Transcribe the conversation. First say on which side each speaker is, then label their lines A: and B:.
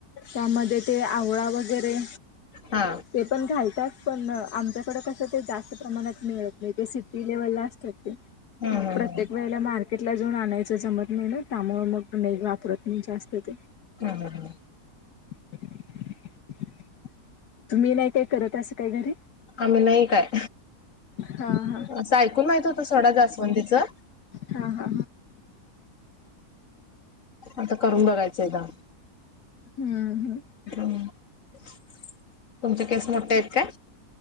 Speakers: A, on the left; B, on the left.
A: त्यामध्ये ते आवळा वगैरे
B: हा
A: ते पण घालतात पण आमच्याकडं कसं ते जास्त प्रमाणात मिळत नाही ते सिटी लेव्हलला आसतात ते,
B: हम्म
A: मग
B: हम्म
A: प्रत्येक
B: हम्म
A: वे ळी मार्केटला जाऊन आणायचं जमत नाही ना त्यामुळं मग नई वापरत मी जास्त ते.
B: हा हा हा,
A: <inaudible> तुम्ही नाही काय करत असं काही घरी?
B: आम्ही नाही काय.
A: हा हा
B: आसं ऐकून माहित होत सोडा जास्वंदीच हा
A: हा हा हा
B: आता करून बघायचंय एकदा.
A: हुं हुं,
B: हू तुमचे केस मोठे आहेत काय?